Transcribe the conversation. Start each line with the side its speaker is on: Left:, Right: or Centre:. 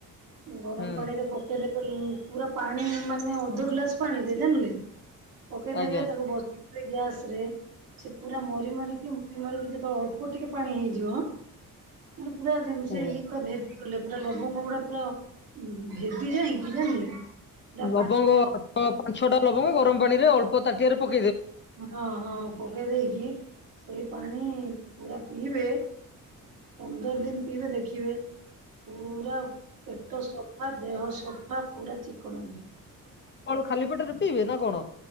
Right: ଗରମ
Left: ହୁଁ
Right: ପାଣିରେ ପକେଇଦେ ପୁରା ପାଣି ମାନେ ଅଧ ଗ୍ଲାସ ପାଣି ରେ ଜାଣିଲେ ପକେଇଦେବେ
Left: ଆଜ୍ଞା
Right: ତାକୁ ବସ୍ ରେ ଗ୍ୟାସ ରେ ସେ ପୁରା ମରି ମରି କି ରି କି ଯେତେଳେ ଅଳ୍ପ ଟିକେ ପାଣି ହେଇଯିବ ମାନେ ପୁରା ଯେମି
Left: ଆଜ୍ଞା।
Right: ସେ ଇଏ ପୁରା ଭେ ଦି ପୁରା ଲବଙ୍ଗ ଗୁଡା ପୁରା ଭେଦି ଯାଇକି ଜାଣିଲେ ପୁରା
Left: ଲବଙ୍ଗ
Right: ପାଣି
Left: ଠ ପାଞ୍ଚଛ ଟା ଲବଙ୍ଗ ଗରମ ପାଣି ରେ ଅଳ୍ପ ତାଟିଆରେ ପ
Right: ହଁ ହଁ ପକେଇ ଦେଇକି ସେଇ ପାଣି ଣି ପୁରା ପିଇବେ ପନ୍ଦର ଦିନ ପିଇବେ ଦେଖିବେ। ପୁରା ପେଟ ସଫା ଦେହ ସଫା ପୁରା ଚିକଣ ହେଇଯିବ।
Left: କଳୁ ଖାଲି ପେଟରେ ପିଇବେ ନା କଣ?